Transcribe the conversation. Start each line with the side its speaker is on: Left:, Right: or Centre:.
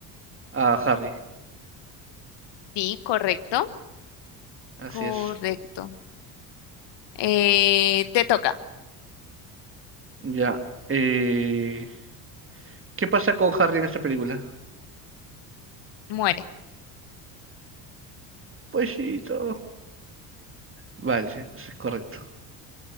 Right: a Harry.
Left: Sí, correcto,
Right: Así
Left: correcto.
Right: es.
Left: Eh, te toca,
Right: Ya. eh, ¿qué pasa con Harry en esta película?
Left: muere.
Right: Poesito. Vale, eso es correcto.